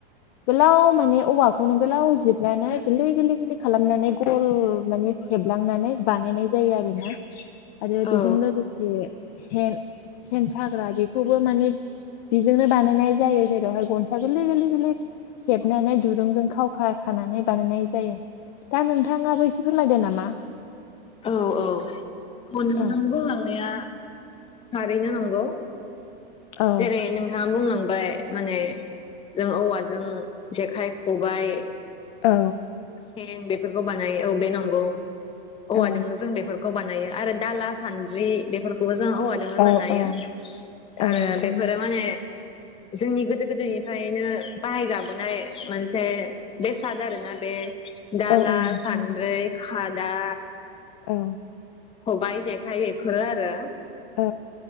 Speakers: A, on the left; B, on the left.
A: गोलाव माने औवाखौनो गोलाव जिरनानै गोरलै गोरलै गोरलै खालामनानै गल माने हेबलांनानै बानायनाय जायो आरोना । आरो बेजों
B: औ
A: लोगोसे सेन सेन साग्रा बेखौबो माने बिजोंनो बानायनाय जायो जेरावहाय गनसा गोरलै गोरलै गोरलै हेबनानै दुरुंजों खावखा खानानै बानायनाय जायो दा नोंथाङाबो एसे फोरमायदो नामा।
B: औ औ <unintelligible> बुंलांनाया
A: औ
B: थारैनो नं गौ
A: औ
B: जेरै नोंथाङा बुंलां बाय माने जों औवाजों जेखाइ-ख'बाय
A: औ
B: सेन बेफोरखौ बानायो औ बे नंगौ औवाजोंनो
A: औ
B: जों बेफोरखौ बानायो आरो दाला-सानद्रि बेफोरखौबो जों औवाजोंनो
A: औ
B: बानायो
A: औ औ
B: आरो
A: नोंथां
B: बेफोरो माने
A: <inaudible>
B: जोंनि गोदो-गोदायनिफ्रायनो बाहायजाबोनाय मोनसे बेसाद आरोना । बे दाला,
A: औ औ नोंथां
B: सान्द्रै, खादा
A: औ
B: खबाइ जेखाइ एफोरो आरो ।
A: औ